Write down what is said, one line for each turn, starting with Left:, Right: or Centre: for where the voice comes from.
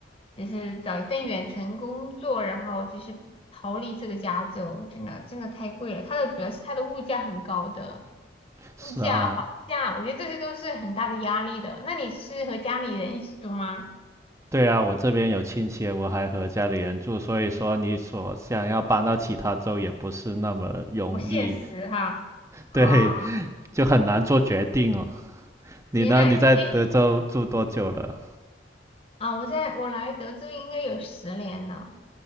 Left: 就是找一份远程工作，然后就是逃离这个加州，真的真的太贵了。它的主要是它的物价很高的，
Right: 是啊，
Left: 物价、房价，我觉得这些都是很大的压力的。那你是和家里人一起住吗？
Right: 对啊，我这边有亲戚，我还和家里人住，所以说你所想要搬到其他州也不是那么容易，
Left: 不现实哈。啊，
Right: 对，<laughs> 就很难做决定哦。你呢？
Left: 对，那你可以
Right: 你在德州住多久了？
Left: 啊，我在我来德州应该有十年了。